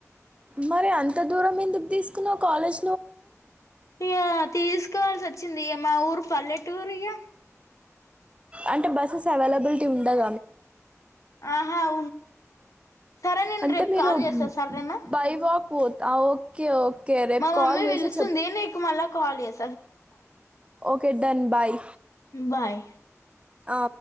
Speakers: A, on the right; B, on the left.
A: మరి అంత దూరం ఎందుకు తీసుకున్నావు కాలేజ్ నువ్వు మరి
B: తీయ తీసుకోవాల్సి వాచ్ చింది మా ఊరు పల్లెటూరిగా
A: అంటే బస్సెస్ అవైలబిలిటీ ఉండయ మీకు
B: ఆహా ఉండదు ఉండది సరే నేను
A: అంటే
B: రేపు
A: మీరు
B: కాల్ చేస్తా సరేనా
A: బై వాక్ పోత ఓకే ఓకే రేపు
B: మా
A: కాల్
B: మమ్మీ
A: చేసి చెప్
B: కాల్ చేస్తా సరేనా bye
A: okay done bye
B: bye
A: ఆ బాయ్